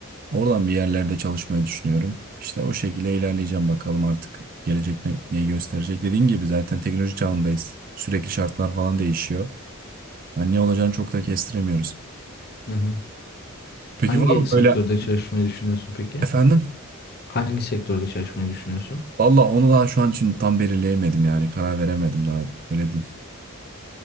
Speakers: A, on the right; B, on the left.
A: Oradan bir yerlerde çalışmayı düşünüyorum. İşte o şekilde ilerleyeceğim bakalım artık gelecek ne, neyi gösterecek. Dediğin gibi zaten teknoloji çağındayız. Sürekli şartlar falan değişiyor. Hani ne olacağını çok da kestiremiyoruz.
B: Hı hı.
A: Peki
B: Hangi
A: var mı
B: sektörde
A: böyle
B: çalışmayı düşünüyorsun peki?
A: efendim?
B: Hangi sektörde çalışmayı düşünüyorsun?
A: Valla onu daha şu an için tam belirleyemedim yani karar veremedim daha öyle diyeyim.